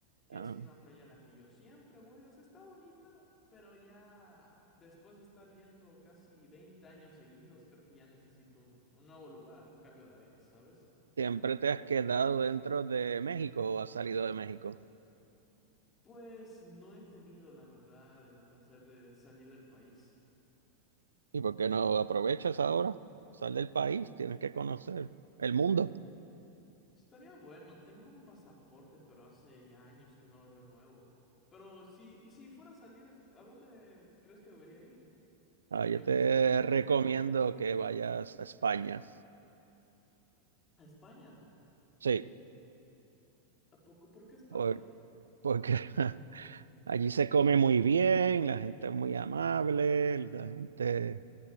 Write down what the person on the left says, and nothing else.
que
es una playa a la que yo siempre voy, o sea, está bonita, pero ya después de estar yendo casi 20 años seguidos, creo que ya necesito un, un nuevo lugar, un cambio de aire, ¿sabes?
Pues no he tenido, la verdad, el placer de salir del país.
Estaría bueno, tengo un pasaporte, pero hace ya años que no lo renuevo. Pero si, y si fuera a salir, ¿a dónde crees que debería ir?
Dime
tú
si ya has salido
a España.
¿A poco? ¿Por qué España?